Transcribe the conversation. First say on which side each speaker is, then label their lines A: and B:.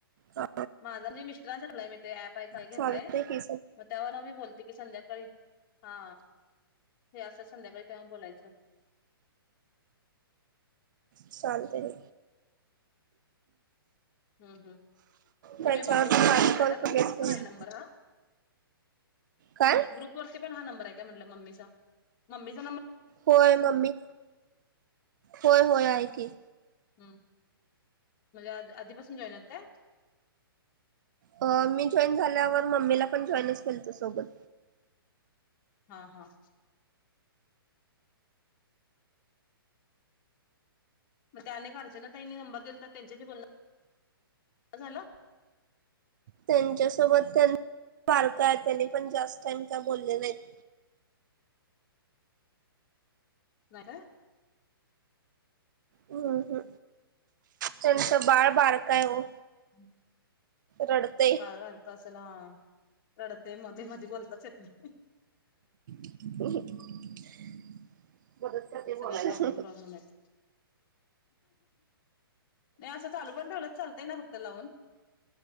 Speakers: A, on the right (about 55°); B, on the left (about 30°).
A: हा
B: माझा म्हणजे मिस्टरांसाठी क्ईट ते ऍप काय घेतलंय
A: चालतय की
B: मग त्यावर मी बोलते की संध्याकाळी हा हे असं संध्याकाळी तेव्हा बोलायचं
A: चालते हे
B: हम्म हम्म
A: त्याच्यावर
B: तुम्ही मम्मीचा हिला
A: आकॉल
B: टाकलाय ना ग्रुपवर
A: क
B: पण आहे नंबर हा
A: काय
B: ग्रुप वरती पण हा नंबर हाय काय म्हणल्ट मम्मी च मम्मीच
A: होय मम्मी होय होय आहे की
B: हम्म म्हणजे आ आधीपासून जॉईन यत काय
A: अ मी जॉईन झाल्यावर मम्मीला पण जॉईनच केल तो सोबत
B: हा हा मग त्या अनेकचे ना त्यांनी नंबर दिला तर त्यांच्याशी बोलण झालं
A: त्यांच्यासोबत त्यां बारका आहे त्यांनी पण जास्त टाईम काय बोलले नाहीत
B: नाय काय
A: हम् हम् त्यांचं बाळ बारक हाय हो
B: हम्म
A: रडक
B: बाळ बरक असल हा हा रडतय मग ते मधी बोलताच येत नाही
A: <unintelligible> बोलायला.
B: सगळे प्रॉब्लेम प्रॉब्लेम आहेत नाही असं चालू पण ठेवलंच चालतय ना फक्त लावून